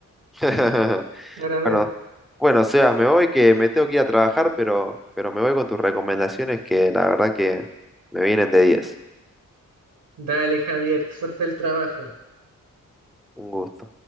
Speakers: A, in the centre; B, on the right (about 85°).
A: <laughs>
B: Claramente.
A: Bueno, bueno, Sebas, me voy que me tengo que ir a trabajar, pero, pero me voy con tus recomendaciones que la verdad que me vienen de diez,
B: Dale, Javier, suerte el trabajo.
A: Un gusto.